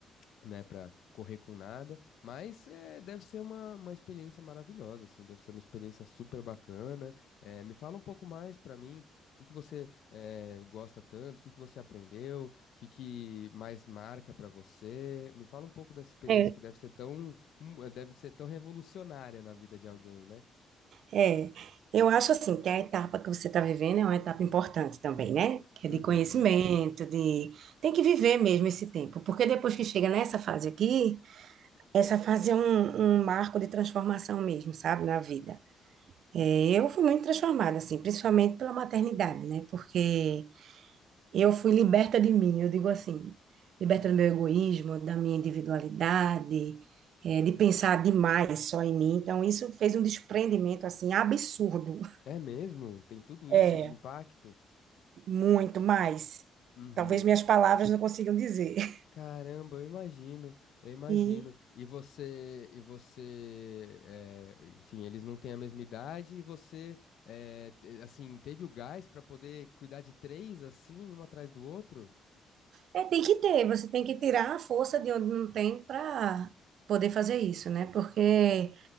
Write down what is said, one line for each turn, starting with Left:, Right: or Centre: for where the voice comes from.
Left: né, para correr com nada, mas é, deve ser uma, uma experiência maravilhosa, assim, deve ser uma experiência super bacana. É, me fala um pouco mais para mim. O que que você eh, gosta tanto? O que que você aprendeu? O que que mais marca para você? Me fala um pouco dessa experiência
Right: É,
Left: que deve ser tão, hum, deve ser tão revolucionária na vida de alguém, né?
Right: É, eu acho assim que a etapa que você está vivendo é uma etapa importante também, né? Que
Left: Uhum.
Right: é de conhecimento, de tem que viver mesmo esse tempo, porque depois que chega nessa fase aqui, essa fase é um, um marco de transformação mesmo, sabe, na vida. É, eu fui muito transformada, assim, principalmente pela maternidade, né? Porque Eu fui liberta de mim, eu digo assim, liberta do meu egoísmo, da minha individualidade, eh, de pensar demais só em mim. Então, isso fez um desprendimento, assim, absurdo. <laughs>
Left: É mesmo? Tem tudo isso
Right: É,
Left: de impacto?
Right: muito mais.
Left: Uhum.
Right: Talvez minhas palavras não consigam dizer. <laughs>
Left: Caramba, eu imagino, eu imagino.
Right: E
Left: E você, e você, eh, enfim, eles não têm a mesma idade e você, eh, te- assim, teve o gás pra poder cuidar de três assim, um atrás do outro?
Right: é, tem que ter, você tem que tirar a força de onde não tem para poder fazer isso, né? Porque